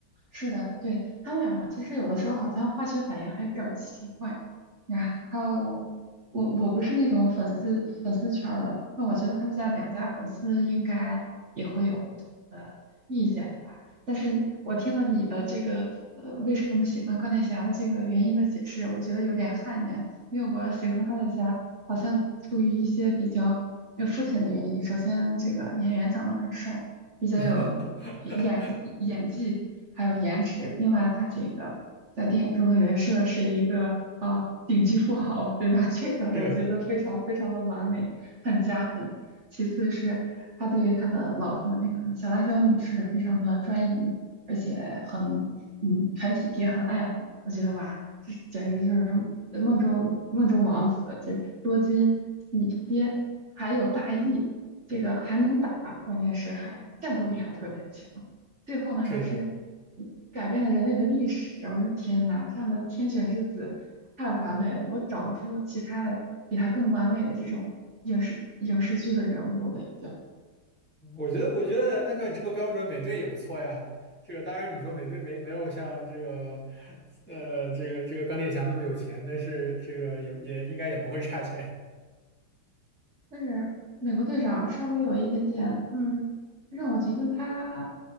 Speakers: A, on the right (about 40°); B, in the centre.
A: 是的，对，他们两个其实有的时候好像化学反应还有点儿奇怪。然后我我不是那种粉丝粉丝圈儿的，那我觉得他们家两家粉丝应该也会有不同的意见吧。但是我听了你的这个呃为什么喜欢钢铁侠的这个原因的解释，我觉得有点汗颜，因为我喜欢钢铁侠好像出于一些比较有肤浅的原因。首先，这个演员长得很帅，比较有演演技。
B: <laughs>
A: 还有颜值。另外，他这个在电影中的人设是一个呃顶级富豪，对吧？<laughs> 这个我觉得非常非常的完美，
B: 是
A: 很加分。其次是他对于他的老婆那个小辣椒女士非常的专一，而且很嗯很体贴，很爱护。我觉得哇，这简直是梦中梦中王子，这多金体贴，还有大义。这个还能打，关键是还战斗力还特别强。最后呢，
B: 是的，
A: 还是嗯改变了人类的历史。我说天哪，这样的天选之子太完美了，我找不出其他的比他更完美的这种影视影视剧的人物了，已经。
B: 我觉得我觉得按照你这个标准，美队也不错呀。这个当然，你说美队没没有像这个，呃，这个这个钢铁侠那么有钱，但是这个也也应该也不会差钱，
A: 但是美国队长稍微有一点点，嗯，让我觉得他